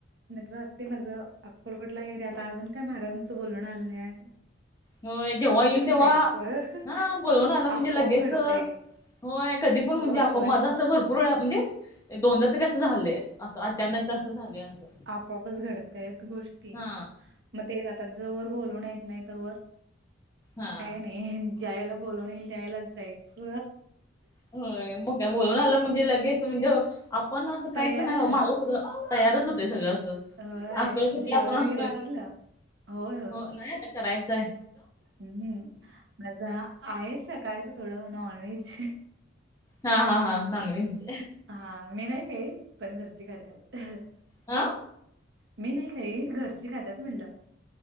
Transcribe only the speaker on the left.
होय जेव्हा येईल तेव्हा
हा बोलून आलं म्हणजे
लगेच.
होय कधी पण म्हणजे
आप
माझा असं भर पूर् म्हणजे दोनदा तरी असं झाले असं अचानक असं झाले असं.
हा
हा
होय मग काय बोलून आलं म्हणजे लगेच म्हणजे आपण असं काहीच
नाही माझ. तयारच होते सगळं असं.
अकल कुठला
पण
असतोय
हो नाही आता करायचं आहे.
हा हा हा. नॉनव्हेज
हा.